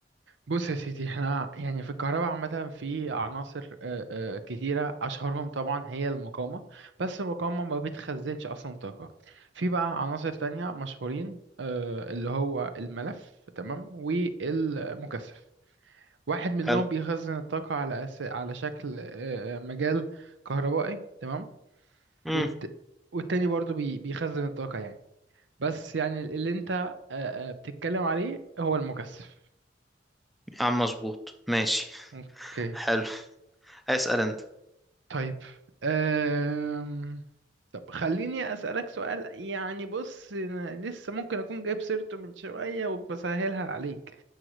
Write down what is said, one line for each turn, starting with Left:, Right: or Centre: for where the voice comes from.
Right: بص يا سيدي احنا يعني في الكهرباء عامة في عناصر آه، آه، كتيرة أشهرهم طبعا هي المقاومة بس المقاومة ما بتخزنش أصلا طاقة في بقى عناصر تانية مشهورين آه، اللي هو الملف تمام والمكثف واحد منهم
Centre: حلو
Right: بيخزن الطاقة على أس... على شكل آه، آه، مجال كهربائي تمام
Centre: امم
Right: والت... والتاني برضو بي... بيخزن الطاقة يعني بس يعني اللي انت آه، آه، بتتكلم عليه هو المكثف
Centre: يا عم مظبوط ماشي
Right: اوكي
Centre: حلو اسال انت
Right: طيب أم... طب خليني أسألك سؤال يعني بص أنا لسه ممكن أكون جايب سيرته من شوية وبسهلها عليك